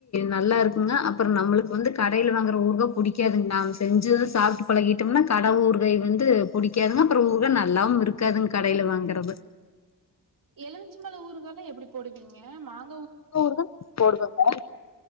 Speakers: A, on the left; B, on the right.
A: நல்லா இருக்குங்க அப்புறம் நம்மளுக்கு வந்து கடில வாங்குற ஊறுகாய் பிடிக்காதுங்க நாம் செஞ்சு சாப்பிட்டு பழகிட்டோம்னா கடை ஊறுகை வந்து பிடிக்காதுங்க அப்புறம் ஊக நல்லாவும் இருக்காதுங்க கடையில வாங்கறது
B: எலுமிச்சி பழம் ஊருக்கெல்லாம் எப்படி போடுவீங்க மாங்க
A: அ ஊறு தான் போடுவங்க